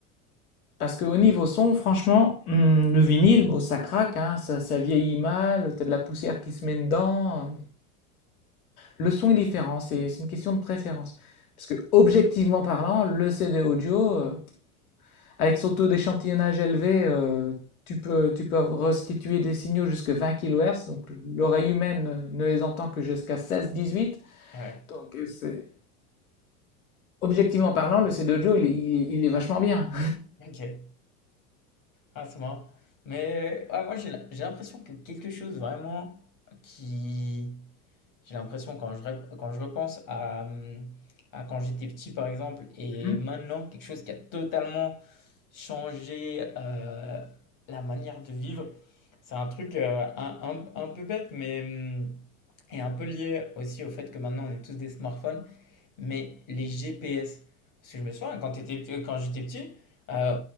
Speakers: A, on the left (about 85°); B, on the left (about 50°).
A: Parce qu'au niveau son, franchement, hum, le vinyle, bon, ça craque, hein, ça, ça vieillit mal, t'as de la poussière qui se met dedans. Le son est différent, c'est une question de préférence. Parce que, objectivement parlant, le CD audio, euh, avec son taux d'échantillonnage élevé, euh, tu peux, tu peux restituer des signaux jusqu'à 20 kilohertz, donc l'oreille humaine ne les entend que jusqu'à seize dix-huit.
B: Ouais,
A: Donc, euh, c'est- objectivement parlant, le CD audio, il, est- il il est vachement bien.
B: ok. Ah, c'est marrant. Mais ouais, moi, j'ai la- j'ai l'impression que quelque chose vraiment qui, J'ai l'impression quand je, rep- quand je repense à, hum, à quand j'étais petit par exemple et
A: <laughs>
B: maintenant quelque chose qui a totalement changé euh, la manière de vivre. C'est un truc euh, un, un- un peu bête mais hum, est un peu lié aussi au fait que maintenant on est tous des smartphones mais les GPS. Parce que je me souviens, quand t'étais- quand j'étais petit, euh,